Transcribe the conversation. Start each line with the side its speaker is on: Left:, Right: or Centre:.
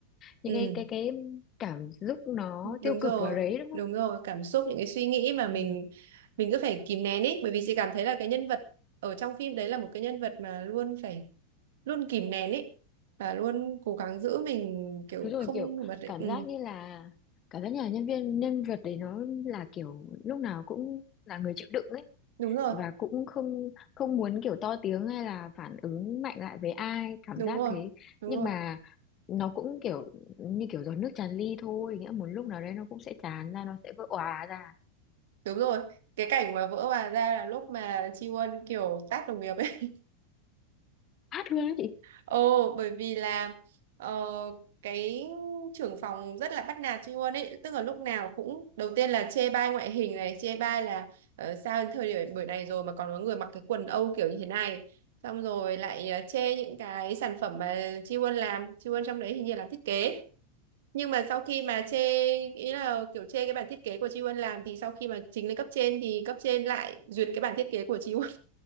Left: những
Right: Ừ.
Left: cái cái cái cảm xúc nó
Right: đúng
Left: tiêu
Right: rồi
Left: cực vào đấy đúng không?
Right: đúng rồi cảm xúc những cái suy nghĩ mà mình
Left: Ừ.
Right: mình cứ phải kìm nén ý bởi vì chị cảm thấy là cái nhân vật ở trong phim đấy là một cái nhân vật mà luôn phải luôn kìm nén ý và luôn cố gắng giữ mình kiểu
Left: Đúng rồi
Right: không
Left: kiểu
Right: bật ấy.
Left: cảm
Right: ừ,
Left: giác như là cảm giác như là nhân viên nhân vật đấy nó là kiểu lúc nào cũng là người chịu đựng ấy
Right: đúng rồi
Left: và cũng không không muốn kiểu to tiếng hay là phản ứng mạnh lại với ai cảm
Right: đúng
Left: giác
Right: rồi
Left: thế
Right: đúng
Left: nhưng
Right: rồi
Left: mà nó cũng kiểu như kiểu giọt nước tràn ly thôi nghĩa một lúc nào đấy nó cũng sẽ tràn ra nó sẽ vỡ òa ra
Right: đúng rồi cái cảnh mà vỡ hòa ra là lúc mà Chi Won kiểu tát đồng nghiệp ấy
Left: hát luôn đó chị
Right: Ồ, bởi vì là ờ, cái trưởng phòng rất là bắt nạt chị luôn ấy, tức là lúc nào cũng đầu tiên là chê bai ngoại hình này, chê bai là ờ, sao đến thời điểm buổi này rồi mà còn có người mặc cái quần âu kiểu như thế này. Xong rồi lại ờ, chê những cái sản phẩm mà Chi Won làm, Chi Won trong đấy hình như làm thiết kế. Nhưng mà sau khi mà chê ý là kiểu chê cái bản thiết kế của Chi Won làm thì sau khi mà trình lên cấp trên thì cấp trên lại duyệt cái bản thiết kế của Chi Won